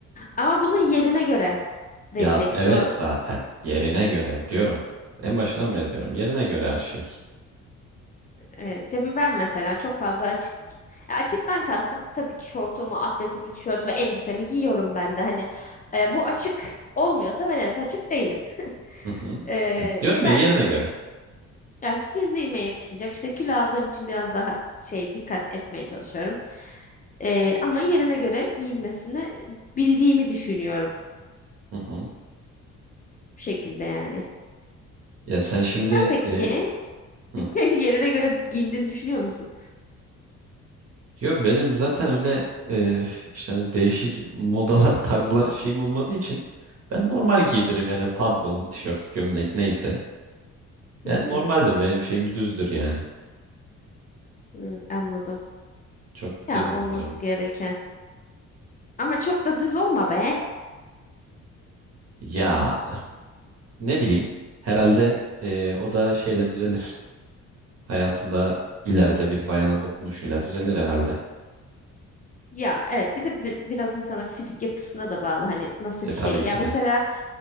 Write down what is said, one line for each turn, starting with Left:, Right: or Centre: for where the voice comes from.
Left: Ama bunu yerine göre vereceksin.
Right: Ya evet
Left: O
Right: zaten yerine göre diyorum. En başından beri diyorum yerine göre her şey.
Left: Evet, ya ben mesela çok fazla açık Ya açıktan kastım tabii ki şortumu, atletimi, tişörtümü, elbisemi giyiyorum ben de. Hani e, bu açık olmuyorsa ben evet açık değilim.
Right: Hı hı.
Left: E,
Right: Ya, diyorum
Left: ben
Right: ya yerine göre.
Left: ya fiziğime yakışacak işte kilo aldığım için biraz daha şey dikkat etmeye çalışıyorum. E, ama yerine göre giyinmesini bildiğimi düşünüyorum
Right: Hı hı.
Left: bu şekilde yani.
Right: Ya sen şimdi
Left: Sen peki
Right: e, hı.
Left: <laughs> yerine göre giyindiğini düşünüyor musun?
Right: Yo benim zaten öyle e, işte hani değişik modalar <laughs> tarzlar şeyim olmadığı için ben normal giydiririm yani pantolon, tişört, gömlek neyse.
Left: Hı
Right: Yani
Left: hı.
Right: normaldir benim şeyim düzdür yani.
Left: Hı, anladım.
Right: Çok
Left: Ya
Right: düz
Left: olması
Right: giyinirim.
Left: gereken. Ama çok da düz olma be.
Right: Ya Ne bileyim. Herhalde e, o da şeyle düzelir. Hayatında ileride bir bayanın dokunuşuyla düzelir herhalde.
Left: Ya evet bir de bi- biraz insanın fizik yapısına da bağlı hani nasıl
Right: E
Left: bir
Right: tabii
Left: şey. Ya
Right: ki
Left: mesela
Right: de.